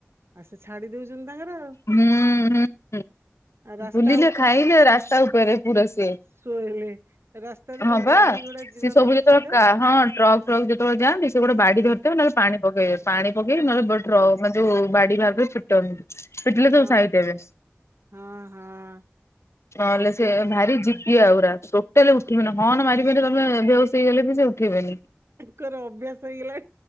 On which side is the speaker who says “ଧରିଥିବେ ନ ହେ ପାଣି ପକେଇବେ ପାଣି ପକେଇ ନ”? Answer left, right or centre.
Left